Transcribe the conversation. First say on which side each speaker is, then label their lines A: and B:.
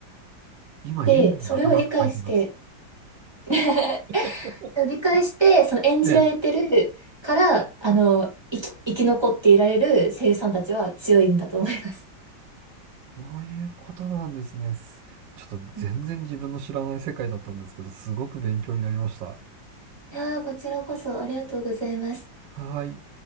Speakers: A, on the right (about 80°); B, on the right (about 15°).
A: 今、
B: で、
A: 現代の頭抱えてます。
B: それを理解して、<laughs>
A: <laughs>
B: 理解して、その演じられてるから、
A: ええ
B: あの、生き、生き残っていられる声優さんたちは強いんだと思います。
A: そういうことなんですね。すちょっと全然自分の知らない世界だったんですけど、
B: うん
A: すごく勉強になりました。
B: いやー、こちらこそありがとうございます。
A: はーい。